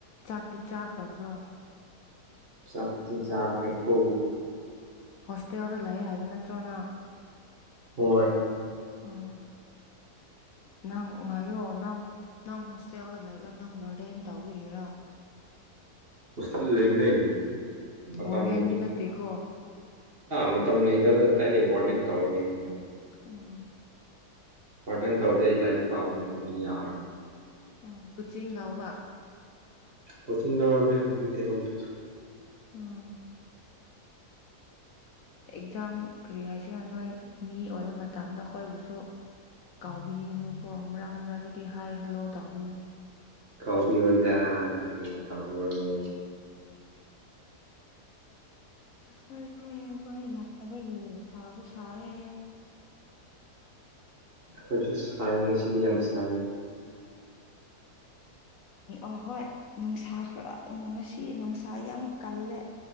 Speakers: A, on the left (about 65°); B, on the right (about 40°).
A: ꯆꯥꯛꯇꯤ ꯆꯥꯈ꯭ꯔꯕ꯭ꯔꯣ
B: ꯆꯥꯇꯤ ꯆꯈ꯭ꯔꯦ ꯀꯧꯕ
A: ꯍꯣꯁꯇꯦꯜꯗ ꯂꯩ ꯍꯥꯏꯕ ꯅꯠꯇ꯭ꯔꯣꯅ
B: ꯍꯣꯏ
A: ꯑꯥ ꯅꯪ ꯉꯥꯏꯌꯣ ꯅꯪ ꯅꯪ ꯍꯣꯁꯇꯦꯜꯗ ꯂꯩꯕ꯭ꯔꯥ ꯅꯪ ꯕꯔꯗꯦꯟ ꯇꯧꯕꯤꯒꯦꯔꯥ
B: ꯍꯣꯁꯇꯦꯜ ꯂꯩꯃꯤꯅꯩ ꯃꯇꯝ
A: ꯋꯥꯔꯗꯦꯟꯗꯤ
B: ꯂꯩ
A: ꯅꯠꯇꯦꯀꯣ
B: ꯃꯇꯝ ꯂꯩꯇꯕꯗꯗꯥꯥꯏꯗꯤ ꯋꯥꯔꯗꯦꯟ ꯇꯧꯔ ꯂꯩꯕꯣꯅꯦ
A: ꯎꯝ
B: ꯋꯥꯔꯗꯟ ꯇꯧꯗꯦ ꯑꯩ ꯂꯥꯏꯔꯤꯛ ꯄꯥꯕ ꯑꯗꯨꯝꯗꯤ ꯌꯥꯛꯑꯔꯣꯏ
A: ꯑꯣ ꯀꯨꯆꯤꯡ ꯂꯥꯎꯕ
B: ꯀꯣꯆꯤꯡ ꯂꯧꯔꯃꯦ ꯍꯧꯖꯤꯛꯇꯤ ꯂꯧꯗ꯭ꯔꯦ
A: ꯎꯝ ꯑꯦꯛꯖꯥꯝ ꯀꯔꯤ ꯍꯥꯏꯁꯤꯅ ꯅꯣꯏ ꯃꯤ ꯑꯣꯏꯕ ꯃꯇꯝꯗ ꯑꯩꯈꯣꯏꯕꯨꯁꯨ ꯀꯥꯎꯕꯤꯌꯨꯅꯨꯀꯣ ꯑꯃꯨꯔꯛ ꯃꯨꯔꯛꯒꯗꯤ ꯍꯥꯏ ꯍꯜꯂꯣ ꯇꯥꯎꯕꯤꯌꯨ
B: ꯀꯥꯎꯕꯤ ꯍꯣꯏꯗ ꯑꯗꯒꯤ ꯀꯥꯎꯔꯅꯤ
A: ꯍꯣꯏꯦ ꯃꯥꯏ ꯂꯥꯛ ꯇꯕ ꯁꯥꯁꯨ ꯁꯥꯦꯌꯦ
B: ꯑꯩꯈꯣꯏꯁꯨ ꯁꯥꯏꯅꯁꯤꯗꯤ ꯌꯥꯝ ꯁꯥꯏ
A: ꯑꯍꯣꯏ ꯅꯨꯡꯁꯥ ꯈꯔ ꯉꯁꯤ ꯅꯨꯡꯁꯥ ꯌꯥꯝ ꯀꯜꯂꯦ